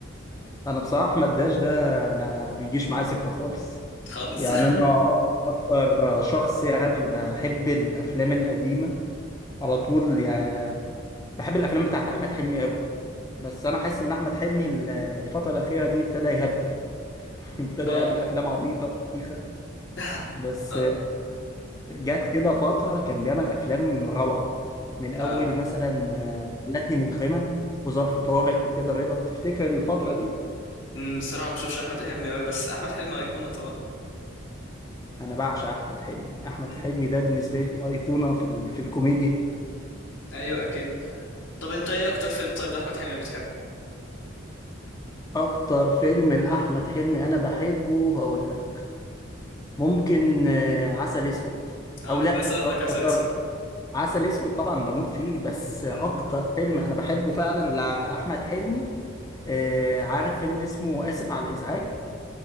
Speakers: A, on the left (about 20°); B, on the left (about 65°).
A: انا بصراحة احمد داش ده ما بيجيش معايا سكة خالص
B: خالص
A: يعني
B: <laughs>
A: انا اكتر شخص يعني بحب الافلام القديمة على طول يعني بحب الافلام بتاعت احمد حلمي قوي بس انا حاسس ان احمد حلمي ال- الفترة الاخيرة دي ابتدى يهبل <laughs> ابتدى
B: اه
A: يعمل افلام عبيطة بايخة
B: <laughs>
A: بس
B: طب
A: جت كده فترة كان بيعمل أفلام روعة من أول
B: آه.
A: مثلا آه، لاتني مجرما وظرف طارق وكده رضا تفتكر الفترة دي؟
B: مم، بصراحة ما بشوفش أحمد حلمي أوي بس أحمد حلمي أيقونة طبعا
A: أنا بعشق أحمد حلمي أحمد
B: مم،
A: حلمي ده بالنسبة لي أيقونة في, ال... في الكوميديا
B: أيوه أكيد طب أنت إيه أكتر فيلم طيب لأحمد حلمي بتحبه؟
A: أكتر فيلم لأحمد حلمي أنا بحبه هقول لك ممكن آه، عسل أسود
B: أنا
A: أو
B: كنت
A: لأ
B: لسه أقول
A: أه
B: لك عسل
A: افتكرت
B: أسود
A: عسل أسود طبعا بموت فيه بس أكتر
B: مم.
A: فيلم أنا بحبه فعلا لأحمد حلمي آه، عارف فيلم اسمه آسف على الإزعاج